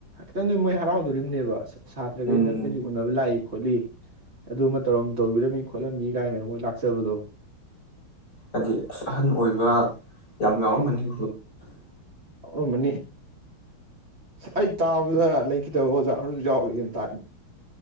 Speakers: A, on the right; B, on the left.
A: ꯈꯤꯇꯪꯗꯤ ꯃꯣꯏ ꯍꯔꯥꯎꯗꯣꯔꯤꯕꯅꯦꯕ ꯑ ꯁꯥꯇ꯭ꯔꯒꯩꯅ
B: ꯎꯝ
A: ꯑꯩꯈꯣꯏ ꯎꯅꯕ ꯂꯥꯛꯏ ꯈꯣꯠꯂꯤ ꯑꯗꯨꯃ ꯇꯧꯔꯝ ꯇꯧꯕꯤꯔꯝꯃꯤ ꯈꯣꯠꯂꯝꯃꯤ ꯀꯥꯏꯅꯒ ꯃꯣꯏ ꯂꯥꯛꯆꯕꯗꯣ
B: ꯍꯥꯏꯗꯤ ꯑꯁ ꯑꯍꯟ ꯑꯣꯏꯕ ꯌꯥꯝ ꯌꯥꯎꯔꯝꯃꯅꯤ
A: ꯌꯥꯎꯔꯝꯃꯅꯤ ꯑꯩ ꯇꯥꯕꯗ ꯂꯩꯈꯤꯗꯕ ꯑꯣꯖ ꯑꯍꯜꯁꯨ ꯌꯥꯎꯔꯛꯑꯦꯅ ꯇꯥꯏ